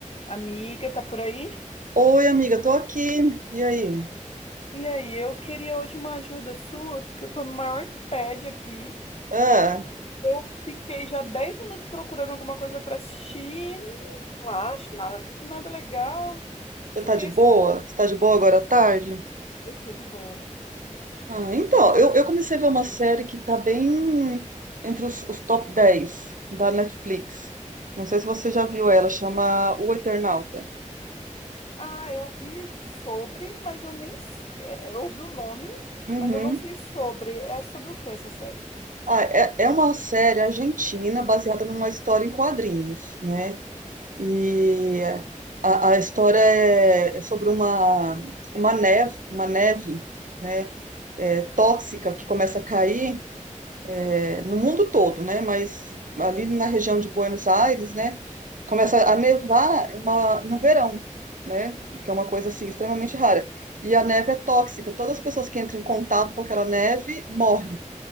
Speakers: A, on the left (about 50°); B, on the right (about 80°).
A: Amiga, tá por aí?
B: Oi, amiga, tô aqui. E aí?
A: E aí, eu queria hoje uma ajuda sua, porque eu tô no maior tédio aqui.
B: Ah,
A: Eu fiquei já 10 minutos procurando alguma coisa pra assistir, e não, não acho nada, nada legal. Você
B: você tá
A: tem
B: de boa?
A: assistido?
B: Você tá de boa agora à tarde?
A: Eu tô de boa.
B: Ah, então, eu, eu comecei a ver uma série que tá bem entre os, os top 10 da Netflix. Não sei se você já viu ela, chama O Eternauta.
A: Ah, eu ouvi sobre, mas eu nem. s- é, é, Eu ouvi o nome,
B: Uhum.
A: mas eu não sei sobre. É sobre o que essa série?
B: Ah, é, é uma série argentina baseada numa história em quadrinhos, né? E a, a história é, é sobre uma, uma neve, uma neve, né? é, tóxica que começa a cair é, no mundo todo, né? Mas ali na região de Buenos Aires, né? Começa a nevar uma- no verão, né? O que é uma coisa assim extremamente rara. E a neve é tóxica. Todas as pessoas que entram em contato com aquela neve morrem,